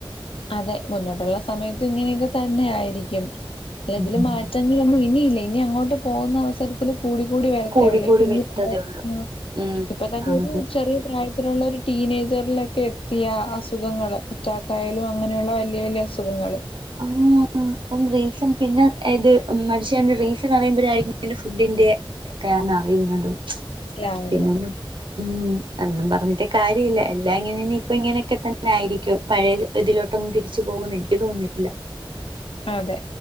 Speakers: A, on the left; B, on the right.
A: അതെ, മുന്നോട്ടുള്ള സമയത്തും ഇങ്ങനെയൊക്കെ തന്നെ ആയിരിക്കും. അല്ല
B: ഉം
A: ഇതില് മാറ്റങ്ങളൊന്നും ഇനിയില്ല ഇനി അങ്ങോട്ട് പോകുന്ന അവസരത്തില് കൂടിക്കൂടി വരത്തേഉളളൂ.
B: കൂടി കൂടി
A: ഈ കുഞ്ഞു
B: വരുത്തതേ
A: <unintelligible>
B: ഉള്ളൂ ഉം
A: ഇപ്പൊ തന്നെ
B: ആണത്
A: ഒരു ചെറിയ പ്രായ ത്തിലുള്ള ഒരു ടീനേജറിലൊക്കെ എത്തിയ അസുഖങ്ങള് അറ്റാക്കായാലും അങ്ങനെയുള്ള വലിയ വലിയ അസുഖങ്ങള്
B: <unintelligible> അപ്പം റീസൺ പിന്നെ ഇത് മരിച്ചേന്റെ റീസൺ അറിയുമ്പോഴായിരിക്കും ഫുഡിന്റെ അറിയുന്നതും
A: സിലാവുന്നത്.
B: പിന്നൊന്നും ഉം അന്നും പറഞ്ഞിട്ട് കാര്യമില്ല. എല്ലാം ഇങ്ങനെന്നെ ഇപ്പ ഇങ്ങനെയൊക്കെ തന്നെ ആയിരിക്കും പഴയ ഇതിലോട്ട് <inaudible> പോകുന്നു എനിക്ക് തോന്നിട്ടില്ല
A: അതെ